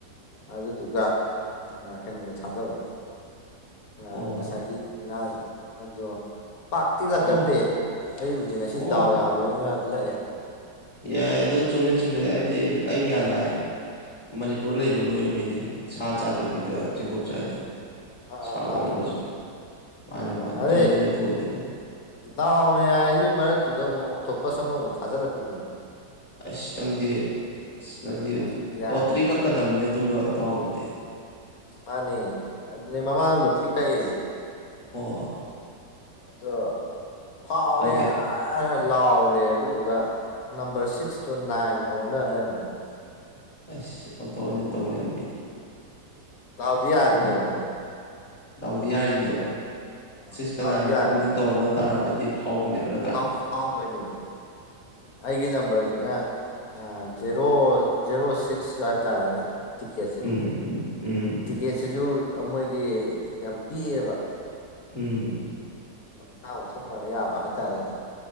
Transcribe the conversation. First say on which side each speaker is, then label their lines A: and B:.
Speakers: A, on the left; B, on the left.
A: ꯑꯗꯨꯗꯨꯒ ꯀꯩꯅꯣꯗ ꯊꯥꯗꯕ ꯑ
B: ꯑꯣ
A: ꯉꯁꯥꯏꯒꯤ ꯉꯥꯥꯁ ꯑꯣ ꯄꯥꯛꯇꯤ ꯂꯥꯛꯀꯟꯗꯦ
B: ꯑꯣ
A: ꯑꯩꯕꯨꯗꯤ ꯉꯁꯤ
B: ꯑꯣ
A: ꯗꯥꯎ ꯌꯥꯕꯅꯤꯅ ꯂꯥꯛꯑꯦ
B: ꯌꯥꯏ ꯑꯗꯨ ꯆꯨꯝꯃꯦ ꯆꯨꯝꯃꯦ ꯑꯩꯗꯤ ꯑꯩ ꯒ꯭ꯌꯥꯟ ꯂꯥꯛꯑꯦ ꯃꯅꯤꯄꯨꯔ ꯂꯩꯕꯒꯤ ꯑꯣꯏꯕꯩꯅꯦ ꯁꯥ ꯆꯥꯗꯕꯤꯗ ꯆꯦꯡꯒꯣꯞ ꯆꯥꯏꯗꯣ
A: ꯑꯥ
B: ꯁꯥ ꯑꯣꯏꯔꯒꯁꯨ
A: ꯃꯥꯅꯤ ꯃꯥꯅꯤ
B: ꯃꯥꯅꯦ
A: ꯑ
B: ꯃꯥꯅꯦ
A: ꯑꯗꯦ
B: ꯆꯨꯝꯗꯣꯏꯅꯦ ꯑꯗꯨ ꯑꯣꯏꯗꯣꯏꯅꯦ
A: ꯇꯥꯎꯅꯦꯗꯤ ꯃꯔꯛꯇꯨꯗ ꯇꯣꯄꯁ ꯑꯃ ꯐꯥꯖ ꯂ ꯄꯤ
B: ꯑꯁ ꯅꯪꯗꯤ ꯑꯁ ꯅꯪꯗꯤ
A: ꯑꯁꯤꯗꯤ ꯌꯥꯗ꯭ꯔꯦ
B: ꯂꯣꯇ꯭ꯔꯤ ꯀꯛꯀꯗꯕꯅꯤꯅ ꯑꯗꯨꯝꯕ ꯗꯥꯎꯗꯨꯗꯤ
A: ꯃꯥꯅꯦ ꯑꯗꯨꯅꯦ ꯃꯃꯥꯡ ꯂꯣꯇꯔꯤ ꯀꯛꯑꯦ
B: ꯑꯣ
A: ꯑꯗꯣ ꯐꯥꯎꯔꯦ
B: ꯍꯥꯎꯗꯦ
A: ꯂꯥꯎꯔꯦ ꯑꯗꯨꯗꯨꯒ ꯅꯝꯕꯔ ꯁꯤꯛꯁꯇꯣ ꯅꯥꯏꯟꯒ ꯑꯣꯟꯅ ꯂꯩꯔꯝꯗꯅ
B: ꯑꯁ ꯑꯣꯟꯊꯣꯛ ꯑꯣꯟꯖꯤꯟ ꯇꯧ ꯂꯩꯔꯝꯕꯤ
A: ꯥꯗꯥꯎꯗꯤ ꯌꯥꯔꯤꯅꯦ
B: ꯏꯕꯣꯟ
A: ꯑꯗꯣ
B: ꯗꯥꯎꯗꯤ ꯌꯥꯔꯤꯅꯦꯕ
A: ꯑ
B: ꯁꯤꯛꯁꯀ
A: ꯗꯥꯎꯗꯤ
B: ꯅꯥꯏꯟꯒ ꯎꯟꯊꯣꯛ
A: ꯌꯥꯔꯤꯅꯦ
B: ꯎꯟꯖꯤꯟ ꯇꯧꯔꯝꯗ ꯇꯥꯔꯒꯗꯤ ꯐꯥꯎꯕꯅꯦꯕ ꯅꯠꯇ꯭ꯔ
A: ꯐꯥꯎ ꯐꯥꯎꯗꯣꯏꯅꯦꯕ ꯑꯩꯒꯤ ꯅꯝꯕꯔꯁꯤꯅ ꯖꯦꯔꯣ ꯖꯦꯔꯣ ꯁꯤꯛꯁ ꯍꯥꯏꯇꯥꯔꯦꯅꯦ ꯇꯤꯛꯀꯦꯠꯁꯦ
B: ꯎꯝ ꯎꯝ
A: ꯇꯤꯛꯀꯦꯠꯁꯤꯁꯨ ꯃꯣꯏ ꯒꯤ ꯌꯥꯝ ꯄꯤꯛꯑꯦꯕ
B: ꯎꯝ
A: ꯃꯈꯥ ꯑꯣꯟꯊꯣꯛꯅꯕ ꯌꯥꯕ ꯍꯥꯏꯇꯥꯔꯦꯅꯦ